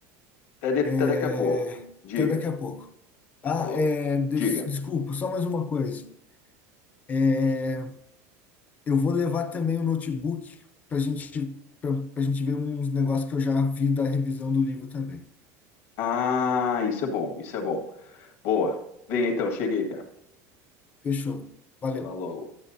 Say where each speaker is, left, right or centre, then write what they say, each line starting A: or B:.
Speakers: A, on the left; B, on the left.
A: Até, de-
B: É,
A: até daqui a pouco. Diga.
B: até daqui a pouco. Ah,
A: Falou.
B: é, des-
A: Diga.
B: desculpa, só mais uma coisa. É, eu vou levar também o notebook para gente, para a gente ver uns negócios que eu já vi da revisão do livro também.
A: Ah, isso é bom, isso é bom. Boa. Vem então, cheguei, Pia.
B: Fechou. Valeu.
A: Falou.